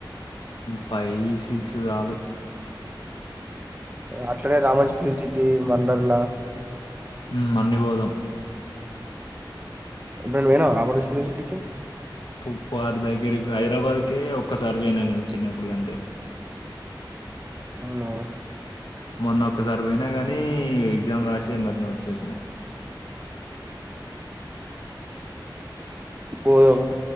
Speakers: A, on the left (about 70°); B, on the right (about 20°).
A: ఫైవ్ సిక్స్ చాలు.
B: అట్లనే రామాంజ్ ఫిలిమ్ స చెట్టు వండర్లా
A: మ్మ్ అన్ని బోదాం.
B: ఎప్పుడైనా పోయినావా రామాంజ్ ఫిలిం సిటీకీ.
A: ఫుట్ పాత్ దగ్గరకి హైదరాబాద్కే ఒక్కసారి పోయినా నేను చిన్నప్పటికి అంతే.
B: అలా
A: మొన్న ఒక్కసారి పోయినా గాని నీ ఎగ్జామ్ రాసి ఏ మరి ను వచ్చేసిన
B: పోదామా